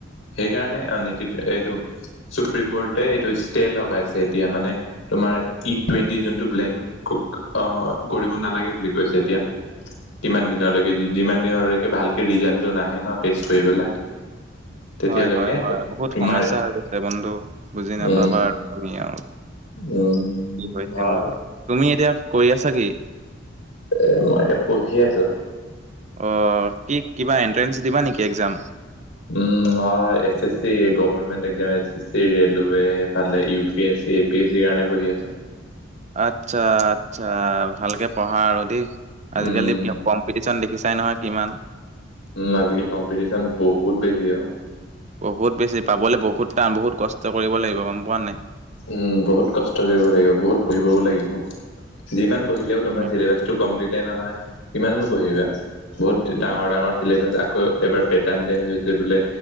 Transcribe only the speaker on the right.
হয় হয় হয়
বহুত
সমস্যা হৈ গৈছে বন্ধু বুজি নাপাবা
আৰু তুমি আৰু।
কি হৈছে
মোৰ
তুমি এতিয়া কৰি আছা কি?
অঁ কি কিবা এণ্ট্ৰেঞ্চ দিবা নেকি এক্সাম?
আচ্ছা আচ্ছা ভালকে পঢ়া আৰু দেই। আজিকালি
কিয় কম পিটিচ্যন দেখিছাই নহয় কিমান?
বহুত বেছি, পাবলৈ বহুত টান, বহুত কষ্ট কৰিব লাগিব গ'ম পোৱা নাই।
উম